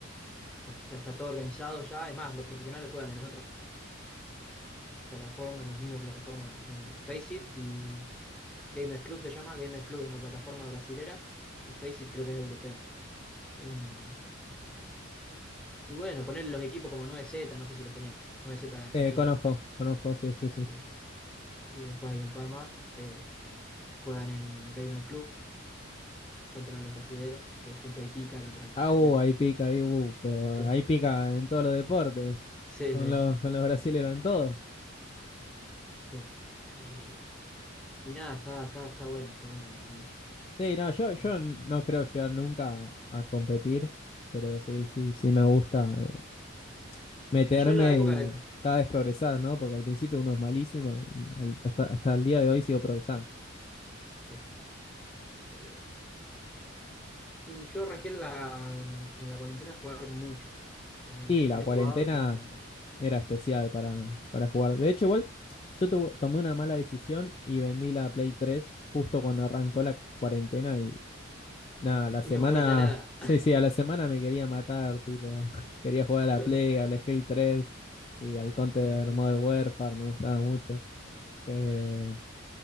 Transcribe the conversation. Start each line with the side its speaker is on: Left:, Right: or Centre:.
Centre: O sea, está todo organizado ya. Es más, los profesionales juegan en otras plataformas, en las mismas plataformas en Faceit y Gamer Club se llama. Gamer Club es una plataforma brasilera y Faceit creo que es europea. Em, y bueno, poner los equipos como 9Z, no sé si los tenés. 9Z argentino,
Left: Eh, conozco,
Centre: ponele.
Left: conozco, sí, sí, sí.
Centre: Sí. Y después hay un par más. eh, juegan en Gamer Club contra los brasileros, que siempre hay pica contra los
Left: Ah,
Centre: brasileros.
Left: uh, ahí pica, ahí, uh, pero
Centre: Sí,
Left: ahí pica en todos los deportes,
Centre: sí,
Left: con
Centre: sí.
Left: los, con los brasileños en todo.
Centre: Sí. Y, y nada, está, está, está buena, está buena la movida.
Left: Sí, no, yo,
Centre: Em,
Left: yo no creo llegar nunca a competir, pero sí, sí, sí me gusta eh, meterme
Centre: Y yo en la época
Left: y
Centre: de...
Left: cada vez progresar, ¿no? Porque al principio uno es malísimo y al- hasta, hasta el día de hoy sigo progresando.
Centre: Sí, eh, sí, yo arranqué en la, en la cuarentena a jugar mucho. O sea, mucho.
Left: Y la
Centre: Antes
Left: cuarentena
Centre: jugaba, pero no jugaba tanto.
Left: era especial para, para jugar. De hecho, igual yo tu- tomé una mala decisión y vendí la Play 3 justo cuando arrancó la cuarentena Nada, la semana.
Centre: Y no jugaba hasta nada.
Left: Sí, sí, a la semana me quería matar, tipo. <laughs> Quería jugar
Centre: <laughs>
Left: a la Play, al Skate 3 y al Counter
Centre: Es que-
Left: Modern Warfare, me gustaba mucho.
Centre: ah,
Left: Eh,